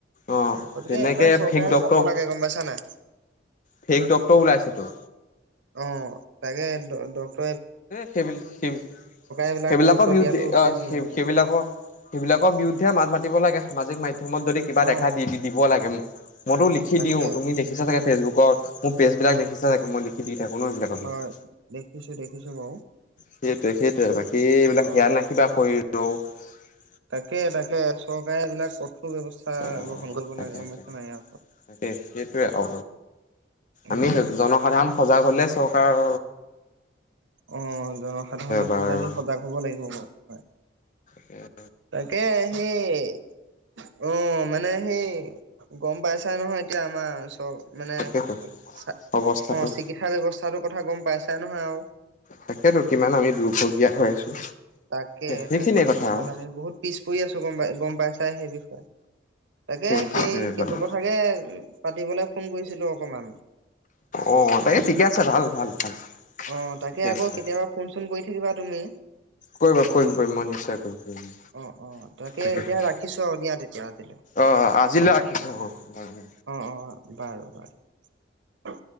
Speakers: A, on the left; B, on the right.
A: অ
B: গতিকে
A: তেনেকে
B: এইবিলাক চৰকাৰে
A: ফেক ডক্তৰ
B: চাব লাগে গম পাইছা নাই
A: ফেক ডক্টৰো ওলাইছেটো
B: অহ তাকে ড ডক্ট
A: সেই বলি সি
B: এইবিলাক
A: সেইবিলাকৰ
B: গুৰুত্ব
A: বিৰুদ্ধে
B: দিয়াটো উচিত
A: অ
B: মোৰ
A: সেই
B: মতে।
A: সেইবিলাকৰ সেইবিলাকৰ বিৰুদ্ধে মাত মাতিব লাগে সামাজিক মাধ্য মত যদি কিবা
B: অ
A: দেখা দি দিব লাগে মইতো লিখি
B: তাকে
A: দিওঁ তুমি দেখিছা চাগে ফেচবুকত মোৰ পেজ বিলাক দেখিচা চাগে মই লিখি দি থাকো ন এইবিলাকৰ বিষয়ে।
B: হয় দেখিছো দেখিছো বাৰু
A: সেইটোৱে সেইটোৱে বাকী এইবিলাক
B: অ।
A: জ্ঞান না কিবা শৰীৰ অ <unintelligible>
B: তাকে তাকে চৰকাৰে এইবিলাক ব্যৱস্থা
A: অহ
B: গ্ৰহণ কৰিব
A: তাকে
B: লাগে গম পাইছা
A: তাকে
B: নাই ইয়াৰ ওপৰত।
A: তাকে সেইটোৱে অ
B: উম
A: আমি জনসাধাৰণ সজাগ হলে চৰকাৰৰ
B: অ জনসাধাৰণ আচলতে
A: বাৰু
B: আমি সজাগ হব লাগিব বাৰু হয়
A: সেয়াই
B: তাকে সেই অ মানে সেই গম পাইছাই নহয় এতিয়া আমাৰ চৰ মানে
A: তাকেতো
B: এ চা
A: অৱস্থাটো
B: অ চিকিৎসা ব্যৱস্থাটোৰ কথা গম পাইছাই নহয় আৰু
A: তাকেতো কিমান আমি দুৰ্ভগীয়া হৈ আছো।
B: তাকে
A: সেইখিনিয়ে
B: তাকে সেই
A: কথা
B: ক্ষেত্ৰত
A: আৰু
B: আমি বহুত পিছ পৰি আছো গম পাই গম পাই চাই সেই বিষয়ে তাকে
A: সেইটোৱে
B: সেই সেইটো
A: বাৰু
B: কথাকে পাতিবলে ফোন কৰিছিলো অকণমান
A: অ তাই ঠিকে আছে ভাল ভাল ভাল
B: অ তাকে
A: ঠিকে
B: আকৌ
A: আছে
B: কেতিয়াবা ফোন চোন কৰি থাকিবা <unintelligible> তুমি
A: কৰিব কৰিম কৰিম মই নিশ্চয় কৰিম কৰিম
B: অ অ তাকে
A: তাকেহে
B: এতিয়া ৰাখিছো আৰু দিয়া তেতিয়া আজিলৈ
A: অ আজিলৈ ৰাখিছো। বাৰু
B: অ অ বাৰু বাৰু